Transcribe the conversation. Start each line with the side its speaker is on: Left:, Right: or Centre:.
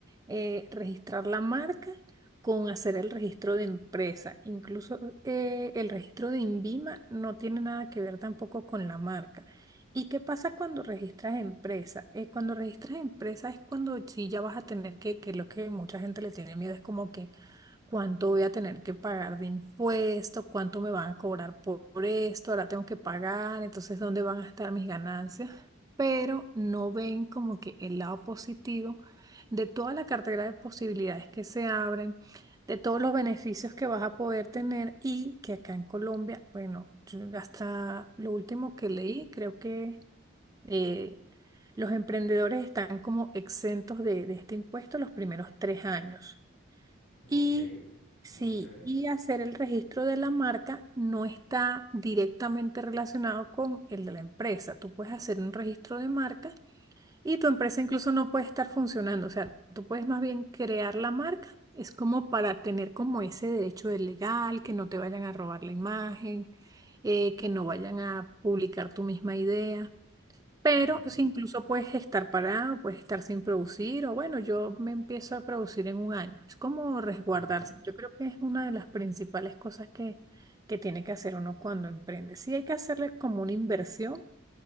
Right: eh, registrar la marca con hacer el registro de empresa. Incluso eh, el registro de INVIMA no tiene nada que ver tampoco con la marca. ¿Y qué pasa cuando registras empresa? Eh, cuando registras empresa es cuando sí ya vas a tener que, que lo que mucha gente le tiene miedo es como que cuánto voy a tener que pagar de impuesto, cuánto me van a cobrar por, por esto, ahora tengo que pagar, entonces dónde van a estar mis ganancias, pero no ven como que el lado positivo de toda la cartera de posibilidades que se abren, de todos los beneficios que vas a poder tener y que acá en Colombia, bueno, yo hasta lo último que leí, creo que... eh, los emprendedores están como exentos de, de este impuesto los primeros tres años.
Left: Ok,
Right: Y sí,
Left: muy chévere.
Right: y hacer el registro de la marca no está directamente relacionado con el de la empresa. Tú puedes hacer un registro de marca y tu empresa incluso no puede estar funcionando. O sea, tú puedes más bien crear la marca. Es como para tener como ese derecho de legal, que no te vayan a robar la imagen, eh, que no vayan a publicar tu misma idea. Pero
Left: Ujú,
Right: si incluso puedes estar parado, puedes estar sin producir, o bueno, yo me empiezo a producir en un año. Es como resguardarse.
Left: ujú.
Right: Yo creo que es una de las principales cosas que, que tiene que hacer uno cuando emprende. Sí hay que hacerle como una inversión,